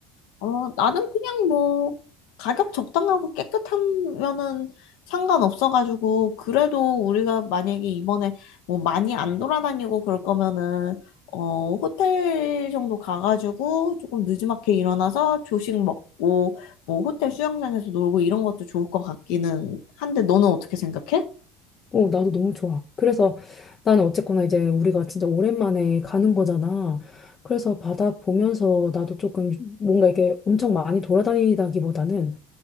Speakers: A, on the left; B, on the left.
A: 어, 나는 그냥 뭐, 가격 적당하고 깨끗하면은 상관없어가지고, 그래도 우리가 만약에 이번에 뭐 많이 안 돌아다니고 그럴 거면은, 어, 호텔 정도 가가지고 조금 늦지막히 일어나서 조식 먹고, 뭐 호텔 수영장에서 놀고 이런 것도 좋을 것 같기는 한데, 너는 어떻게 생각해?
B: 어, 나도 너무 좋아. 그래서 나는 어쨌거나 이제 우리가 진짜 오랜만에 가는 거잖아. 그래서 바다 보면서 나도 조금 뭔가 이렇게 엄청 많이 돌아다니다기보다는